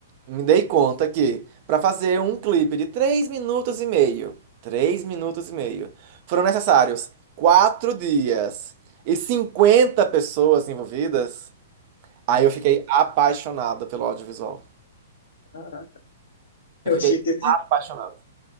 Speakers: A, on the right; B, on the left.
A: me dei conta que para fazer um clipe de 3 minutos e meio, 3 minutos e meio, foram necessários 4 dias e 50 pessoas envolvidas, aí
B: Nossa,
A: eu fiquei apaixonado pelo audiovisual.
B: caraca. <laughs> Eu
A: Eu fiquei
B: achei que
A: apaixonado.